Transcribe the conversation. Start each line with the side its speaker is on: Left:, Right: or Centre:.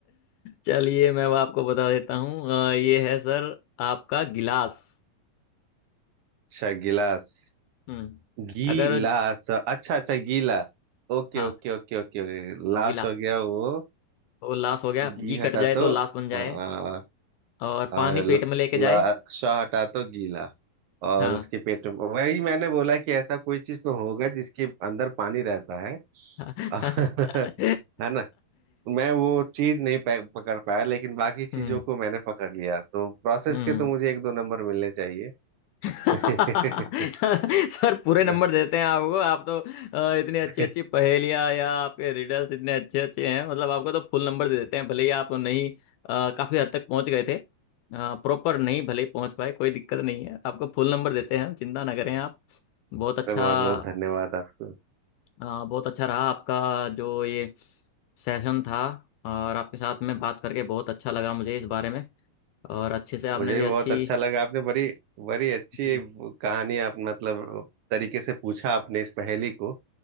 Left: चलिए मैं अब आपको बता देता हूँ आ, ये है सर आपका गिलास
Right: अच्छा गिलास
Left: हम्म
Right: गिलास
Left: अगर
Right: अच्छा अच्छा गीला Okay
Left: हाँ
Right: okay okay okay okay लाश
Left: गिला
Right: हो गया वो
Left: तो लाश हो गया
Right: घी
Left: घी
Right: हटा
Left: कट जाए
Right: तो
Left: तो लाश बन जाए
Right: हाँ,
Left: और
Right: और
Left: पानी पेट
Right: ल-
Left: में लेके जाए
Right: लाश हटा तो गीला और
Left: हाँ
Right: उसके पेट में वही मैंने बोला कि ऐसा कोई चीज तो होगा जिसके अंदर पानी रहता है
Left: <laughs>
Right: <laughs> है ना मैं वो चीज नहीं पै- पकड़ पाया लेकिन बाकी चीजों
Left: हम्म
Right: को मैंने पकड़ लिया तो प्रोसेस
Left: हम्म
Right: के तो मुझे एक दो नंबर मिलने चाहिए
Left: <laughs>
Right: <laughs>
Left: सर पूरे
Right: है
Left: नंबर
Right: ना
Left: देते हैं आपको आप तो अ, इतनी अच्छी
Right: अरे
Left: अच्छी पहेलियाँ या आपके रिडल्स इतने अच्छे अच्छे हैं मतलब आपको तो फुल नंबर दे देते हैं भले ही आप नहीं अ, काफी हद तक पहुंच गए थे प्रॉपर नहीं भले ही पहुंच पाए कोई दिक्कत नहीं है आपको फुल नंबर देते हैं हम चिंता ना करें आप बहुत अच्छा
Right: बहुत बहुत धन्यवाद आपको
Left: अ, बहुत अच्छा रहा आपका जो ये सेशन था और आपके साथ में बात करके बहुत अच्छा लगा मुझे इस बारे में और अच्छे से आपने
Right: मुझे
Left: भी
Right: भी
Left: अच्छी
Right: बहुत अच्छा लगा आपने बड़ी बड़ी अच्छी
Left: जी
Right: कहानी आप मतलब तरीके से पूछा आपने इस पहेली को